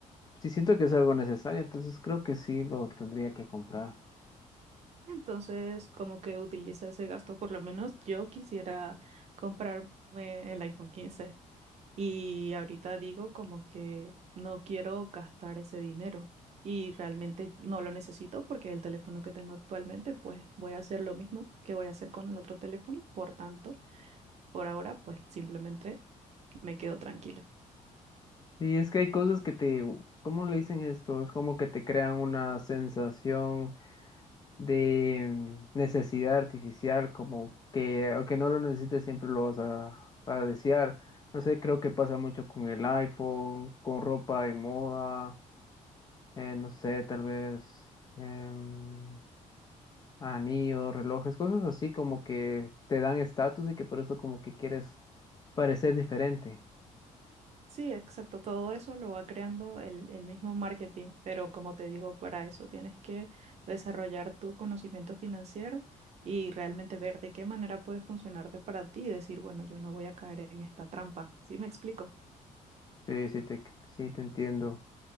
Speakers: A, on the left (about 30°); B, on the right (about 50°).
A: sí siento que es algo necesario, entonces creo que sí lo tendría que comprar.
B: Entonces, como que utiliza ese gasto, por lo menos yo quisiera comprarme el iPhone 15 y ahorita digo como que no quiero gastar ese dinero y realmente no lo necesito porque el teléfono que tengo actualmente, pues voy a hacer lo mismo que voy a hacer con el otro teléfono, por tanto, por ahora, pues simplemente me quedo tranquila.
A: Sí, es que hay cosas que te, ¿cómo le dicen esto? Es como que te crean una sensación. de mm, necesidad artificial, como que aunque no lo necesites siempre lo vas a, a desear. No sé, creo que pasa mucho con el iPhone, con ropa de moda, eh, no sé, tal vez em, anillos, relojes, cosas así como que te dan estatus y que por eso como que quieres parecer diferente.
B: Sí, exacto. Todo eso lo va creando el, el mismo marketing, pero como te digo, para eso tienes que desarrollar tu conocimiento financiero y realmente ver de qué manera puede funcionarte para ti y decir, bueno, yo no voy a caer en esta trampa. ¿Sí me explico?
A: Sí, sí te, sí te entiendo.